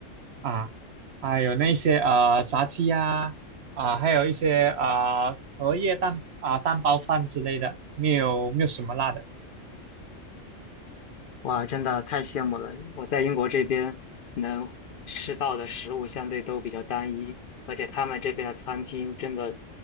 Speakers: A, on the right (about 60°); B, on the left (about 55°).
A: 啊，还有那些呃炸鸡呀啊、还有一些啊、荷叶蛋啊、蛋包饭之类的，没有没有什么辣的，
B: 哇，真的太羡慕了！我在英国这边能吃到的食物相对都比较单一，而且他们这边的餐厅真的